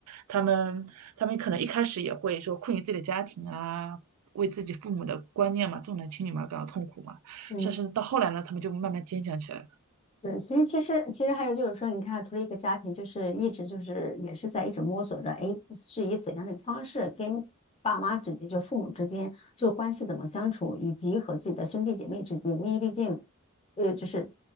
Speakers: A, on the right (about 85°); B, on the left (about 25°).
A: 她们她们可能一开始也会说困于自己的家庭啊，为自己父母的观念嘛，重男轻女嘛感到痛苦嘛。
B: 嗯。
A: 但是到后来呢，他们就慢慢坚强起来了。
B: 对，所以其实其实还有就是说，你看，除了一个家庭，就是一直就是也是在一直摸索着，哎，是以怎样的方式跟爸妈之间，就父母之间，就关系怎么相处，以及和自己的兄弟姐妹之间，因为毕竟，呃，就是